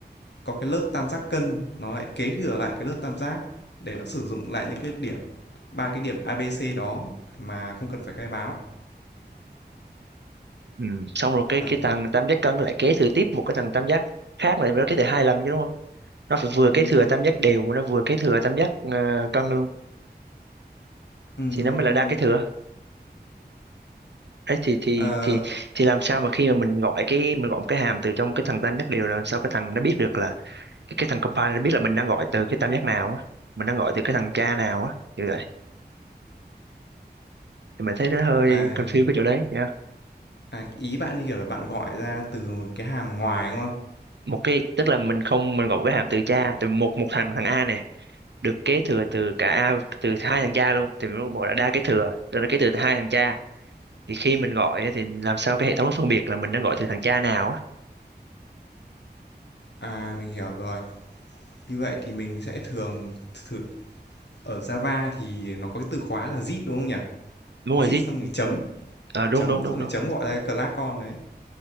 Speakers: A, on the left (about 80°); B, on the right (about 85°).
A: có cái lớp tam giác cân nó lại kế thừa lại cái lớp tam giác để nó sử dụng lại những cái điểm ba cái điểm A ABC đó mà không cần phải khai báo.
B: ừ. xong rồi cái
A: Ờ,
B: cái thằng tam giác cân lại kế thừa tiếp một cái thằng tam giác khác lại nó kế thừa hai lần chứ đúng không nó phải vừa
A: ừ,
B: kế thừa
A: đúng.
B: tam giác đều mà nó vừa kế thừa tam giác ờ, cân luôn
A: Ừ,
B: thì
A: đúng
B: nó mới
A: đúng
B: là đa
A: đúng.
B: kế thừa đấy thì thì
A: Ờ,
B: thì thì làm sao mà khi mà mình gọi cái mình gọi một cái hàm từ trong cái thằng tam giác đều là làm sao cái thằng nó biết được là cái, cái thằng compiler nó biết là mình đang gọi từ cái tam giác nào á mình đang gọi từ cái thằng cha nào á như vậy thì mình thấy nó hơi
A: à,
B: confused cái chỗ đấy nha
A: à, ý bạn như kiểu là bạn gọi ra từ cái hàm ngoài, đúng không?
B: một cái tức là mình không mình gọi một cái hàm từ cha từ một một thằng thằng A nè được kế thừa từ cả từ hai thằng cha luôn thì mình có bộ là đa kế thừa rồi nó kế thừa từ hai thằng cha thì khi mình gọi á, thì làm sao cái hệ thống nó phân biệt là mình đang gọi từ thằng cha nào á
A: À, mình hiểu rồi. Như vậy thì mình sẽ thường thử ở Java thì nó có cái từ khóa là zip đúng không nhỉ?
B: đúng
A: Zip
B: rồi dích
A: xong thì chấm,
B: à, đúng
A: chấm
B: đúng đúng
A: xong thì
B: đúng
A: chấm gọi ra cái class con đấy.